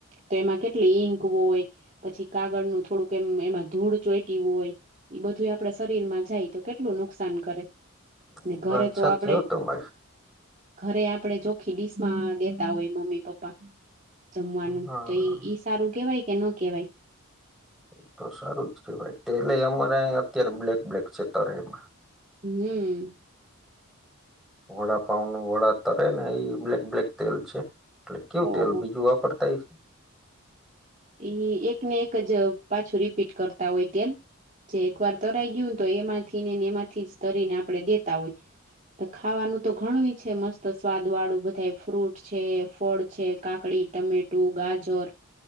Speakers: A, on the right (about 35°); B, in the centre.
A: તો એમાં કેટલી ઈંક હોય પછી કાગળનું થોડુંક એમ એમાં ધૂળ ચોઈટી હોય ઈ બધું આપડા શરીર માં જાય તો કેટલું નુકસાન કરે ને
B: એ
A: ઘરે
B: વાત
A: તો
B: સાચી
A: આપડે
B: હો તમારી
A: ઘરે આપડે ચોખ્ખી ડીશમાં દેતા હોય મમ્મી પપ્પા જમવાનું
B: હા
A: તો ઈ તારું કેવાય કે ન કેવાય
B: એ તો સારું જ કેવાય તેલે અમારે અત્યારે બ્લેક બ્લેક છે તરયમાં
A: હમ
B: વડા પાઉ નું વડા તરે ને એ બ્લેક બ્લેક તેલ છે એટલે કેવું
A: ઓહો
B: તેલ બીજું વાપરતા છે
A: ઈ એક ને એક જ પાછું રીપીટ કરતા હોય તેલ જે એકવાર તરાઈ ગયું ને તો એમાંથી ને ને એમાંથી જ તરીને આપડે દેતા હોય ખાવાનું તો ઘણું છે મસ્ત સ્વાદ વાળું બધા ફ્રૂટ છે ફળ છે કાકડી ટમેટુ ગાજર